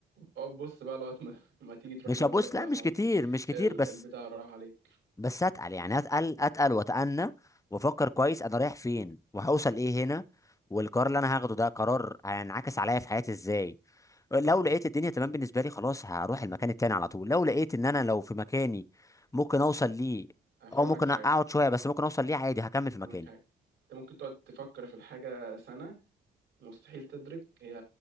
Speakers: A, on the right; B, on the left.
A: اقعد بص بقى لغايه ما, ما تيجي تروح
B: مش
A: لهم
B: هبص
A: يقول لك لا
B: لا مش
A: خلاص
B: كتير
A: ال-
B: مش كتير
A: ال-
B: بس
A: البتاع راح عليك
B: بس اتقل يعني اتقل اتقل واتأنى وافكر كويس انا رايح فين وهوصل ايه هنا والقرار اللي انا هاخده ده قرار هينعكس عليا في حياتي ازاي لو لقيت الدنيا تمام بالنسبه لي خلاص هروح المكان التاني على طول لو لقيت ان انا لو في مكاني ممكن اوصل ليه
A: هفهمك
B: او ممكن
A: حاجه
B: اقعد شويه بس ممكن اوصل ليه عادي هكمل في
A: هفهمك
B: مكاني
A: حاجه انت ممكن تقعد تفكر في الحاجه سنه مستحيل تدرك هي